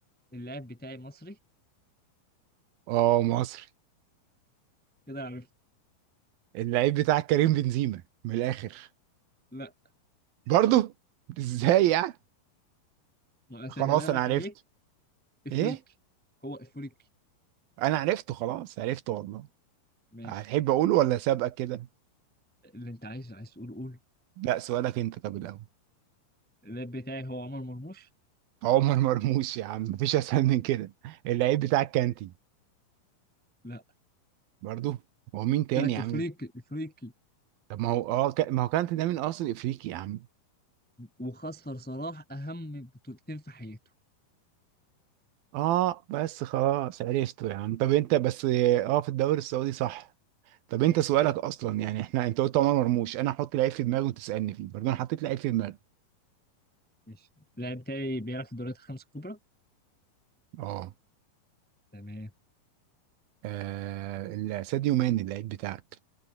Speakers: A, in the centre; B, on the right.
A: اللاعب بتاعي مصري
B: اه مصري
A: كده عرفت
B: اللعيب بتاعك كريم بنزيما من الاخر
A: لا
B: برضه ازاي يعني
A: ما اسهلها
B: خلاص
A: لك
B: انا عرفت
A: عليك افريقي
B: ايه
A: هو افريقي
B: انا عرفته خلاص عرفته والله
A: ماشي
B: هتحب اقوله ولا سابقك كده
A: اللي انت عايزه عايز تقول قوله
B: لا سؤالك انت طب الاول
A: اللاعب بتاعي هو عمر مرموش
B: عمر مرموش يا عم مفيش اسهل من كده اللعيب بتاعك كانتي
A: لا
B: برضه هو مين تاني
A: قلت لك
B: يا
A: افريقي
B: عم
A: افريقي
B: طب ما هو اه ك- ما هو كانت ده من اصل افريقي يا عم
A: وخسر صلاح اهم بطولتين في حياته
B: اه بس خلاص عرفته يا عم طب انت بس اه في الدوري السعودي صح طب انت سؤالك اصلا يعني احنا انت قلت عمر مرموش انا هحط لعيب في دماغي وتسالني فيه برضه انا حطيت لعيب في دماغي
A: ماشي اللاعب بتاعي بيلعب في الدوريات الخمس الكبرى
B: اه
A: تمام
B: آه، ال- ساديو ماني اللعيب بتاعك